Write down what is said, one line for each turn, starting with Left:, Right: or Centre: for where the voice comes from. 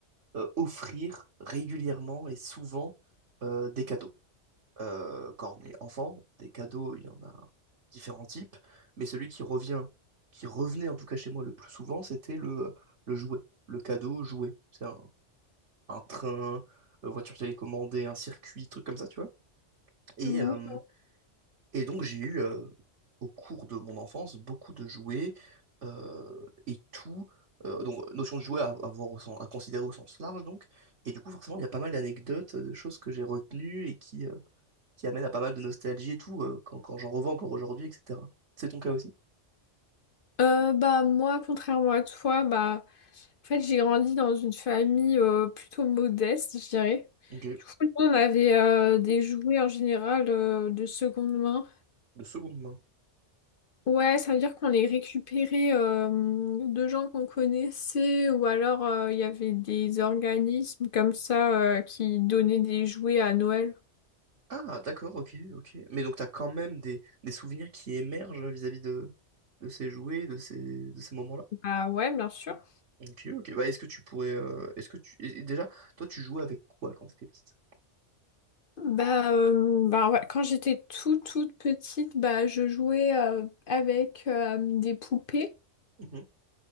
Right: euh, offrir régulièrement et souvent euh, des cadeaux. Euh, quand on est enfant, des cadeaux, il y en a différents types, mais celui qui revient, qui revenait en tout cas chez moi le plus souvent, c'était le, le jouet, le cadeau jouet. c'est un, un train, euh, voiture télécommandée, un circuit, trucs comme ça, tu vois. Et,
Left: Ouais.
Right: euh, et donc j'ai eu, euh, au cours de mon enfance, beaucoup de jouets euh, et tout. Euh, donc notion de jouet à, à voir au sens- à considérer au sens large, donc. Et du coup, forcément, il y a pas mal d'anecdotes, de choses que j'ai retenues et qui, euh, qui amènent à pas mal de nostalgie et tout, euh, quand, quand j'en revends encore aujourd'hui, etc. C'est ton cas aussi?
Left: Euh, bah moi, contrairement à toi, bah en fait j'ai grandi dans une famille euh, plutôt modeste, je dirais.
Right: Ok,
Left: Du coup, nous, on avait euh, des jouets en général euh, de seconde main.
Right: de seconde main.
Left: Ouais, ça veut dire qu'on les récupérait euh, de gens qu'on connaissait ou alors euh, il y avait des organismes comme ça euh, qui donnaient des jouets à Noël.
Right: Ah, d'accord, ok, ok. Mais donc t'as quand même des, des souvenirs qui émergent euh, vis-à-vis de, de ces jouets, de ces, de ces moments-là.
Left: Bah ouais, bien sûr.
Right: Ok, ok. Bah, est-ce que tu pourrais, euh, est-ce que tu, et- et déjà, toi, tu jouais avec quoi quand t'étais petite?
Left: Bah, euh, bah ouais, quand j'étais toute toute petite, bah je jouais euh, avec euh, des poupées.
Right: Mhm.